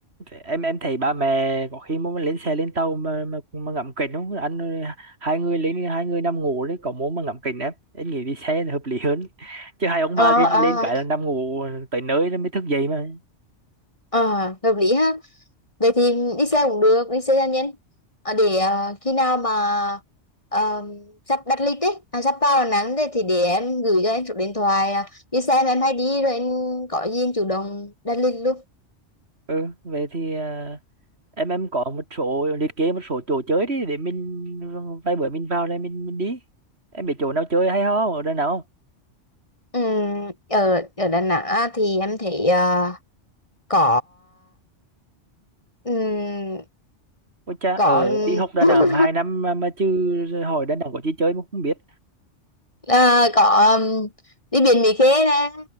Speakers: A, on the right; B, on the left.
A: Thế em em thấy ba mẹ có khi muốn lên xe lên tàu mà mà, mà ngậm kính không anh hai người lên hai người nằm ngủ đấy có muốn mà ngậm kính em em nghĩ đi xe là hợp lý hơn chứ hai ông
B: ờ
A: ba lên
B: ờ
A: lên cái là nằm ngủ tới nơi nó mới thức dậy mà
B: ờ hợp lý ha vậy thì đi xe cũng được đi xe cá nhân Ờ, để ờ, khi nào mà ờ, sắp đặt lịch ấy à, sắp vào Đà Nẵng đấy thì để em gửi cho em số điện thoại à, đi xe mà em hay đi rồi em có gì em chủ động đặt lịch luôn
A: ừ vậy thì à, em em có một số liệt kê một số chỗ chơi đi để mình vài bữa mình vào đây mình mình đi em biết chỗ nào chơi hay không ở Đà Nẵng không
B: Ừm, ở ở Đà Nẵng á, thì em thấy ờ, có ừm,
A: ôi cha
B: có
A: ở đi học Đà
B: <laughs>
A: Nẵng hai năm mà, mà chứ hỏi Đà Nẵng có chi chơi mà không biết
B: à, có um, đi biển Mỹ Khê nè